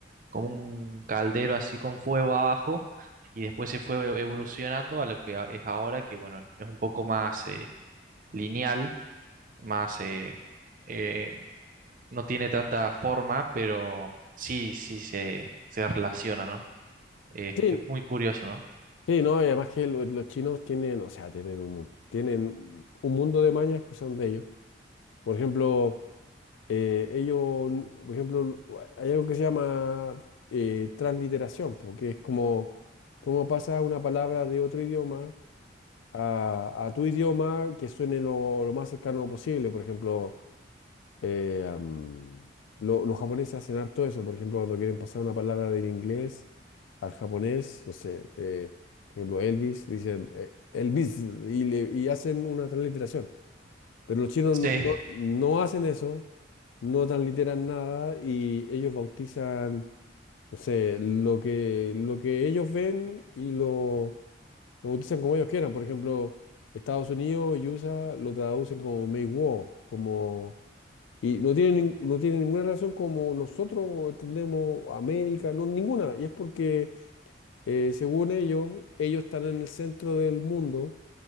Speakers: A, on the right; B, on the left.
A: como un caldero así con fuego abajo y después se fue ev- evolucionando a lo que a- es ahora, que bueno, es un poco más eh, lineal, más eh, eh, no tiene tanta forma, pero sí, sí se, se relaciona, ¿no? Eh,
B: Sí,
A: es muy curioso, ¿no?
B: sí, no, y además que lo- los chinos tienen, o sea, tienen un, tienen un un mundo de mañas que son de ellos. Por ejemplo, eh, ellos, por ejemplo, hay algo que se llama eh, transliteración, porque es como, como pasa una palabra de otro idioma a, a tu idioma que suene lo, lo más cercano posible. Por ejemplo, Eh, am, lo- los japoneses hacen harto eso, por ejemplo, cuando quieren pasar una palabra del inglés al japonés, no sé, eh, por ejemplo, Elvis, dicen eh, Elvis y, le- y hacen una transliteración. Pero los chinos
A: Sí,
B: no, no- no hacen eso, no transliteran nada y ellos bautizan, no sé, lo que, lo que ellos ven y lo, lo bautizan como ellos quieran. Por ejemplo, Estados Unidos y USA lo traducen como Meiwo, como y no tiene, nin- no tiene ninguna relación como nosotros entendemos América, no, ninguna. Y es porque, eh, según ellos, ellos están en el centro del mundo